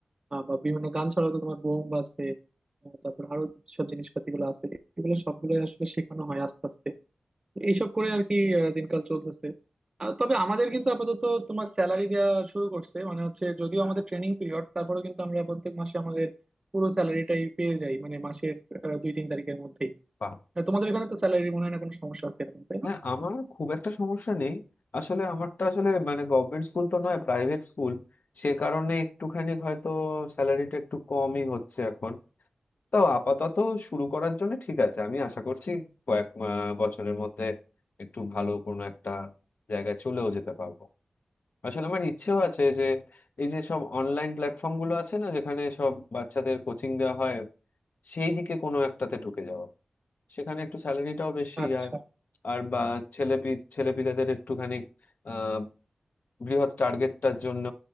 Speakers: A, on the right; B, on the left.
A: আহ, বা বিভিন্ন গান ছাড়াও তো তোমার বোম আছে আহ, তারপর আরো সব জিনিসপাতি গুলো আছে এগুলো সবগুলো আসলে শেখানো হয় আস্তে আস্তে এইসব করে আর কি আহ, দিনকাল চলতেছে আহ, তবে আমাদের কিন্তু আপাতত তোমার স্যালারি দেওয়া শুরু করছে মানে হচ্ছে যদিও আমাদের ট্রেনিং পিরিয়ড তারপরেও কিন্তু আমরা প্রত্যেক মাসে আমাদের পুরো স্যালারিটাই পেয়ে যাই মানে মাসের আহ, দুই তিন তারিখের মধ্যেই
B: বাহ
A: আহ, তোমাদের এখানে তো স্যালারি মনে হয় না কোনো সমস্যা আছে এরকম তাই
B: হ্যাঁ
A: না
B: আমার খুব একটা সমস্যা নেই আসলে আমারটা আসলে মানে গভর্নমেন্ট স্কুল তো নয় প্রাইভেট স্কুল সে কারণে একটুখানি হয়তো স্যালারিটা একটু কমই হচ্ছে এখন তাও আপাতত শুরু করার জন্য ঠিক আছে আমি আশা করছি কয়েক মা- বছরের মধ্যে একটু ভালো কোনো একটা জায়গায় চলেও যেতে পারবো আসলে আমার ইচ্ছেও আছে যে এই যে সব অনলাইন প্ল্যাটফর্ম গুলো আছে না যেখানে সব বাচ্চাদের কোচিং দেওয়া হয় সেই দিকে কোনো একটাতে ঢুকে যাওয়া সেখানে একটু স্যালারিটাও বেশি
A: আচ্ছা
B: আর আর বা ছেলে ছেলেপিলেদের একটুখানি আহ বৃহৎ টার্গেটটার জন্য